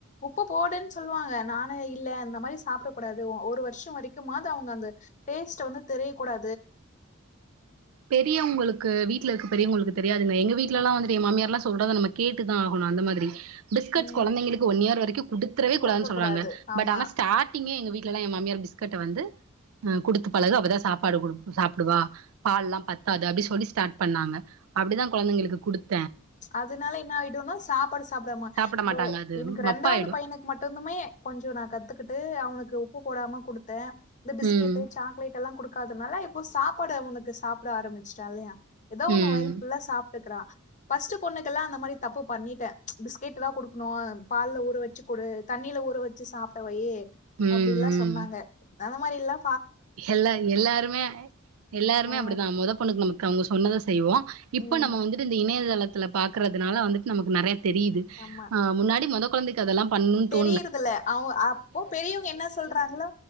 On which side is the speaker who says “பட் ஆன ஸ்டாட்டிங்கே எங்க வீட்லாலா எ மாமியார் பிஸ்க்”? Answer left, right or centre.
Right